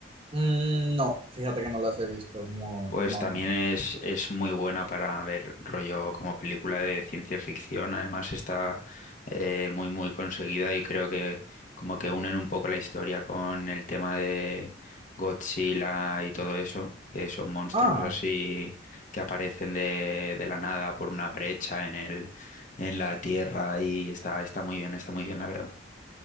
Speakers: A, on the right; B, on the left.
A: Mm, no, fíjate que no las he visto, no,
B: Pues
A: no,
B: también
A: no.
B: es, es muy buena para ver rollo como película de ciencia ficción. Además está eh, muy muy conseguida y creo que como que unen un poco la historia con el tema de Godzilla y todo eso, que son monstruos
A: Ah.
B: así que aparecen de, de la nada por una brecha en el, en la tierra y está, está muy bien, está muy bien la verdad.